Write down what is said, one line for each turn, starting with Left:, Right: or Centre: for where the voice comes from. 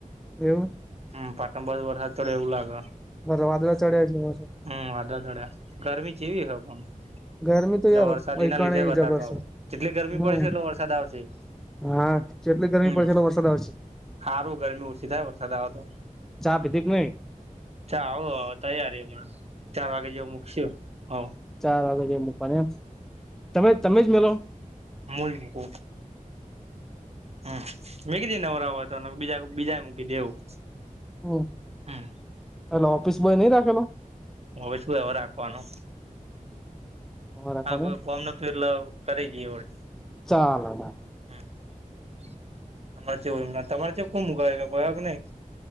Centre: એવું!
Right: હમ પાટણ બાજુ વરસાદ ચડયો એવું લાગ.
Centre: પણ વાદળો ચઢયો છે.
Right: હમ વાદળ તડ્યા ગરમી કેવી હય પણ. એટલે
Centre: ગરમી તો યાર
Right: વરસાદી
Centre: વૈકાણે
Right: એના લીધે જ બતાવતા
Centre: જબરજસ્ત
Right: આવો જેટલી ગરમી
Centre: હમ
Right: પડી છે એટલો વરસાદ આવશે.
Centre: હા જેટલી ગરમી
Right: હમ
Centre: પડશે એટલો વરસાદ આવશે.
Right: સારું ગરમી ઓછી થાય વરસાદ આવે તો.
Centre: ચા પીધી કે નઈ?
Right: ચ આવો આવો તૈયારી હમણાં ચાર વાગે જેવું મકશે આવો.
Centre: ચાર વાગેે મૂકવાની એમ તમે તમે જ મેલો!
Right: મૂઈ મુકો હમ વકી દનેવરા હોય તો બીજા બીજા મૂકી દેવું.
Centre: હમ
Right: હમ
Centre: ચલો ઓફિસ બોય નહ રાખેલો?
Right: હવે શું લેવા રાખવાનો.
Centre: રાખવાનો
Right: હ કોઈ
Centre: એમ
Right: કોમ ન <unintelligible> જઈએ હોળ
Centre: ચાલ હવે
Right: હમ તમારેય તમારે કો મુક કે નહી